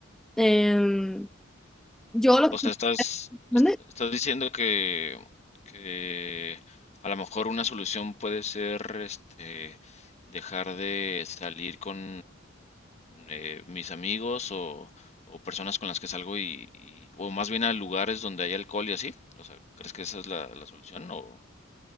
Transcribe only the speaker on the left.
O,
o sea, estás,
est- estás diciendo que, que a lo mejor una solución puede ser este, dejar de salir con eh, mis amigos o, o personas con las que salgo y, y- o más bien a lugares donde hay alcohol y así. O sea, ¿crees que esa es la, la solución o